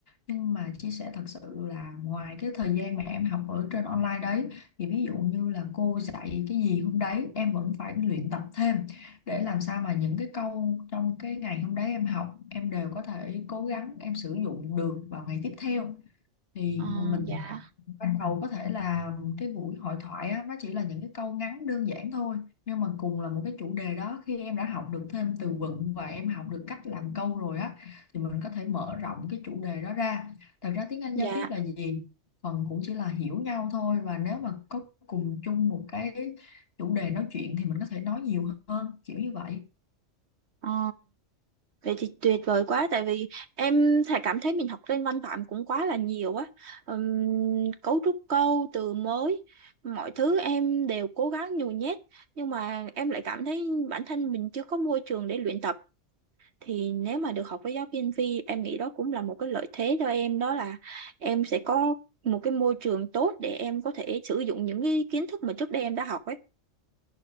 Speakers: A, on the left; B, on the right.
A: nhưng mà chia sẻ thật sự là ngoài cái thời gian mà em học ở trên online đấy thì ví dụ như là cô dạy cái gì hôm đấy em vẫn phải luyện tập thêm để làm sao mà những cái câu trong cái ngày hôm đấy em học em đều có thể cố gắng em sử dụng được vào ngày tiếp theo thì
B: Ờ,
A: mình
B: dạ
A: ban đầu có thể là cái buổi hội thoại á, nó chỉ là những cái câu ngắn đơn giản thôi nhưng mà cùng là một cái chủ đề đó khi em đã học được thêm từ vựng và em học được cách làm câu rồi á thì mình có thể mở rộng cái chủ đề đó ra thật ra tiếng Anh
B: dạ
A: giao tiếp là gì phần cũng chỉ là hiểu nhau thôi và nếu mà có cùng chung một cái chủ đề nói chuyện thì mình có thể nói nhiều hơn kiểu như vậy
B: Ờ. Vậy thì tuyệt vời quá tại vì em thà cảm thấy mình học lên văn phạm cũng quá là nhiều á Ừm, cấu trúc câu từ mới mọi thứ em đều cố gắng nhồi nhét nhưng mà em lại cảm thấy bản thân mình chưa có môi trường để luyện tập thì nếu mà được học với giáo viên Vi em nghĩ đó cũng là một cái lợi thế cho em đó là em sẽ có một cái môi trường tốt để em có thể sử dụng những cái kiến thức mà trước đây em đã học ấy